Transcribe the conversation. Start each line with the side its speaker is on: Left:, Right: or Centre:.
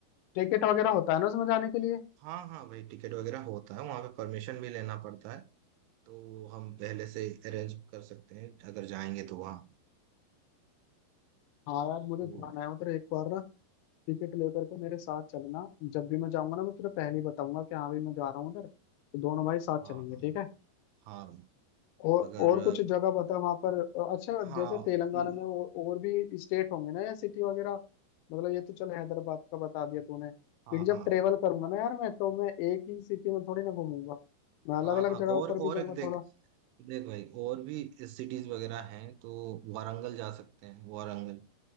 Left: टिकट वगैरह होता है ना उसमें जाने के लिए
Right: हाँ हाँ भाई टिकट वगैरह होता है वहाँ पे परमिशन भी लेना पड़ता है तो वो हम पहले से अरेंज कर सकते हैं अगर जाएंगे तो वहाँ
Left: हाँ यार मुझे
Right: तो
Left: जाना है उधर एक बार ना टिकट लेकर के मेरे साथ चलना जब भी मैं जाऊंगा ना मैं तुझे पहले ही बताऊंगा कि हाँ भाई मैं जा रहा हूँ उधर तो दोनों भाई साथ
Right: हाँ
Left: चलेंगे
Right: हाँ
Left: ठीक है
Right: हाँ भाई
Left: और
Right: अगर
Left: और कुछ जगह बता वहां पर अच्छा
Right: हाँ
Left: जैसे तेलंगाना
Right: ल-
Left: में और, और भी स्टेट होंगे ना या सिटी वगैरह मतलब ये तो चल हैदराबाद का बता दिया तूने क्योंकि
Right: हाँ
Left: जब
Right: हाँ
Left: ट्रेवल करूंगा ना यार मैं तो मैं एक ही सिटी में थोड़ी ना घूमूंगा मैं अलग
Right: हाँ
Left: अलग
Right: हाँ
Left: जगहों
Right: और
Left: पर भी
Right: और
Left: जाऊंगा
Right: एक देख
Left: थोड़ा
Right: देख भाई और भी सिटीज वगैरह हैं तो वारंगल जा सकते हैं वारंगल